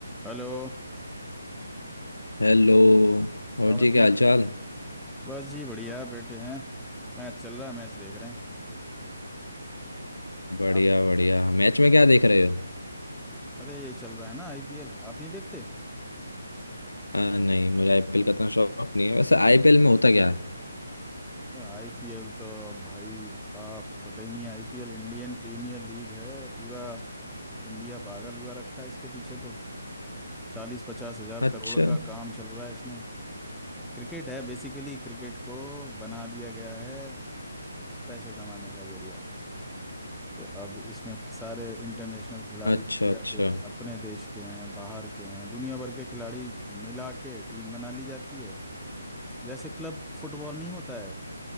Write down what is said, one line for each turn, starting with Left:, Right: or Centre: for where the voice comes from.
Centre: Hello
Left: Hello और
Centre: और
Left: जी
Centre: जी
Left: क्या हालचाल
Centre: बस जी बढ़िया बैठे हैं मैच चल रहा है मैच देख रहे हैं
Left: बढ़िया
Centre: आप
Left: बढ़िया मैच में क्या देख रहे हो
Centre: अरे ये चल रहा है ना आईपीएल आप नहीं देखते
Left: आ, नहीं मुझे आईपीएल का इतना शौक नहीं है वैसे आईपीएल में होता क्या है
Centre: तो आईपीएल तो भाई आपको पता ही नहीं है आईपीएल इंडियन प्रीमियर लीग है पूरा इंडिया पागल हुआ रखा है इसके पीछे तो चालीस पचास हजार
Left: अच्छा
Centre: करोड़ का काम चल रहा है इसमें क्रिकेट है बेसिकली क्रिकेट को बना दिया गया है पैसे कमाने का जरिया तो अब इसमें सारे इंटरनेशनल खिलाड़ी
Left: अच्छा
Centre: इंडिया
Left: अच्छा
Centre: के अपने देश के हैं बाहर के हैं दुनिया भर के खिलाड़ी मिला के टीम बना ली जाती है जैसे क्लब फुटबॉल नहीं होता है